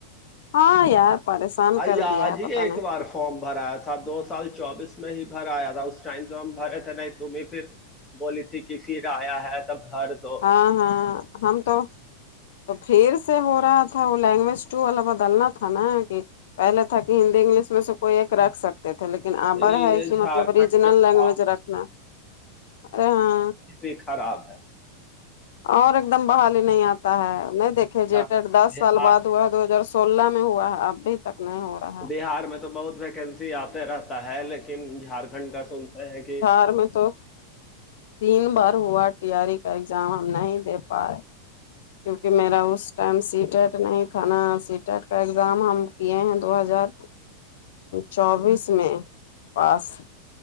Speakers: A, on the left; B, on the left.
A: ہاں یار پریشان
B: آئی
A: کر
B: آج
A: دیا ہے
B: ہی
A: پت
B: ایک
A: نہیں
B: بار فارم بھرایا تھا دو سال چوبیس میں ہی بھرایا تھا اس ٹائم جو ہم بھرے تھے نہیں تمیں پھر بولی تھی کہ پھر آیا ہے تب ہر دو
A: ہاں ہاں ہمم تو تو پھر سے ہو رہا تھا وہ لینگویج توٹو ال بدلنا تھا نا کہ پہلے تھا کہ ہندی انگلش میں سے کوئی ایک رکھ سکتے تھے لیکن لیکن آبر
B: یہ
A: ہے کہ
B: جھارکھنڈ
A: مطلب ریجنل
B: میں تو
A: لینگویج رکھنا ارے ہ
B: یہ خراب ہے
A: اور ایک دم بحالی نہیں آتی تا ہے نہیں دیکے ج
B: بہار
A: ڈ دس سال بعد ہوا ہے دو ہزار سولہ میں ہوا ہے ابھی تک نہیں ہو رہا ہے
B: بہار میں تو بہت ویکنسی آتے رہتا ہے لیکن جھارکھنڈ کا سنتے ہیں کہ
A: گ میں تو تین بار ہوا ٹی آاری کا ایگزام ہم نہیں دے پا رہے کیوںکہ میرا اس ٹائم سی ٹیٹ نہیں تھا نا سی ٹیٹ کا ایگزام ہم کیے ہیں دو ہزار چوبیس میں پاس